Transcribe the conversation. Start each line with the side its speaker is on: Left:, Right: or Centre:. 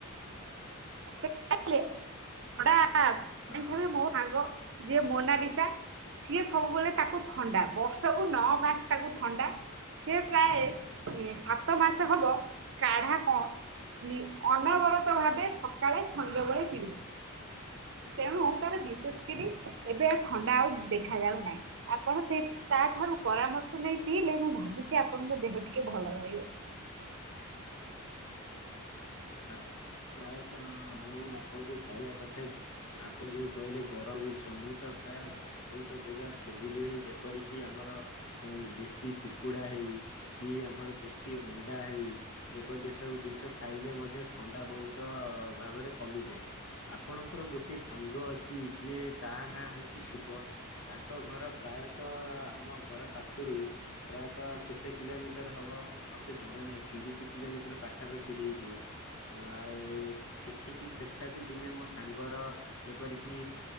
Right: <unintelligible>
Left: ଓହୋ।
Right: ସାଙ୍ଗ ଯିଏ ମୋନାଲିସା ସିଏ ସବୁବେଳେ ତାକୁ ଥଣ୍ଡା ବର୍ଷକୁ ନଅ ମାସ ତାକୁ ଥଣ୍ଡା ସେ ପ୍ରାୟ ସାତ ମାସ ହବ କାଢା କଣ? ଅନବରତ ଭାବେ ସକାଳେ ସଞ୍ଜବେଳେ ପିଇ ତେଣୁ ତାର ବିଶେଷ କରି ଏବେ ଥଣ୍ଡା ଆଉ ଦେଖାଯାଉ ନାହିଁ। ଆପଣ ସେ ତାଠାରୁ ପରାମର୍ଶ ନେଇ ପିଇଲେ ମୁଁ ଭାବୁଛି ଆପଣଙ୍କ ଦେହ ଟିକେ ଭଲ ରହିବ।
Left: ହ ପ୍ରାୟତଃ ମୁଁ ଆପଣଙ୍କୁ କହିବା କଥା କି? ଆପଣ ଯୋଉ କହିଲେ ଗରମ ଜିନିଷ ମୁଁ ତ ପ୍ରାୟ ବହୁତ ଜାଗା ଖୋଜିଲିଣି ଯେପରିକି ଆମର ଦେଶୀ କୁକୁଡା ହେଉ। କି ଆମର ଦେଶୀ ଅଣ୍ଡା ହେଉ ଯେପରିକ ଏ ସବୁ ଜିନିଷ ଖାଇଲେ ମ ଯେ ଥଣ୍ଡା ବହୁତ ଭାବରେ କମିଯାଏ। ଆପଣଙ୍କର ଗୋଟଏ ସାଙ୍ଗ ଅଛି ଯେ ତାହା ନାଁ ହେଇଛି ଶୁଭ ତାଙ୍କ ଘର ପ୍ରାୟତଃ ଆମ ଘର ପାଖରୁ ପ୍ରାୟତଃ କେତେ କିଲୋମିଟର ହବ ମୁଁ। ମତେ ଜଣା ନାହିଁ ତିରିଶି କିଲୋମିଟର ପାଖାପାଖି ହେଇଯିବ। ଆଉ ସେଠିକି ସେଠାକୁ ଦିନେ ମୋ ସାଙ୍ଗର। ଯେପରିକି